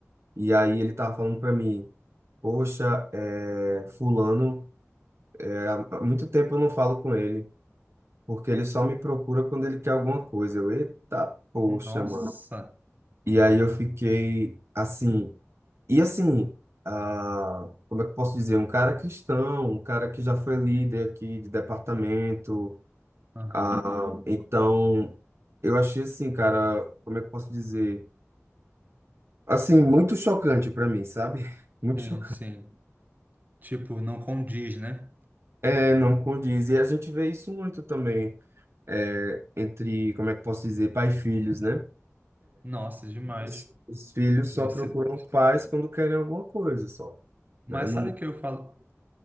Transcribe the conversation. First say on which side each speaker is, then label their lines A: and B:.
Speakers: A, on the right; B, on the right.
A: E aí ele tava falando pra mim, poxa, é, fulano, é, há muito tempo eu não falo com ele. porque ele só me procura quando ele quer alguma coisa. Eu, eita, poxa,
B: Nossa!
A: mano. E aí eu fiquei assim. E assim, ah, como é que eu posso dizer? Um cara cristão, um cara que já foi líder aqui de departamento.
B: Aham.
A: ah, então, eu achei assim, cara, como é que eu posso dizer? Assim, muito chocante pra mim, sabe? <laughs> Muito
B: Sim,
A: chocante.
B: sim. Tipo, não condiz, né?
A: É, não condiz. E a gente vê isso muito também é, entre, como é que eu posso dizer, pai e filhos, né?
B: Nossa, demais.
A: Os, os filhos
B: Você.
A: só procuram os pais quando querem alguma coisa, só,
B: Mas
A: né? Não,
B: sabe que eu falo,